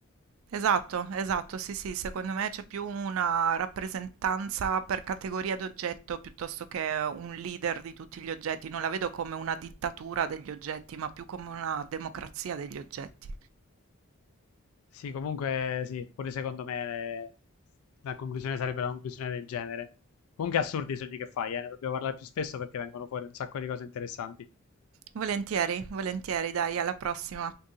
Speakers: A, on the right; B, on the left.
A: Esatto, esatto, sì, sì, secondo me c'è più una rappresentanza per categoria d'oggetto piuttosto che un leader di tutti gli oggetti, non la vedo come una dittatura degli oggetti, ma più come una democrazia degli oggetti.
B: Sì, comunque sì, pure secondo me eh, la conclusione sarebbe una conclusione del genere. Comunque assurdi i sogni che fai, eh, ne dobbiamo parlare più spesso perché vengono fuori un sacco di cose interessanti.
A: Volentieri, volentieri, dai, alla prossima.